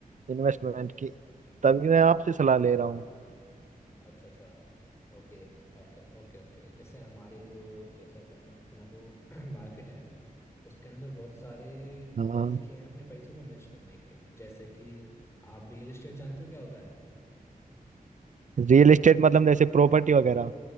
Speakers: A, on the right; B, on the left.
A: इन्वेस्टमेंट की तभी मैं आपसे
B: अच्छा
A: सलाह ले रहा हूँ
B: अच्छा अच्छा Okay okay okay okay जैसे हमारे जो जैसे अपन अपना जो <clears throat> मार्केट है उसके अंदर बहुत सारे
A: हाँ
B: तरीके हैं अपने पैसों को इन्वेस्ट करने के जैसे कि आप रियल एस्टेट जानते हो क्या होता है
A: रियल एस्टेट मतलब जैसे प्रॉपर्टी वगैरह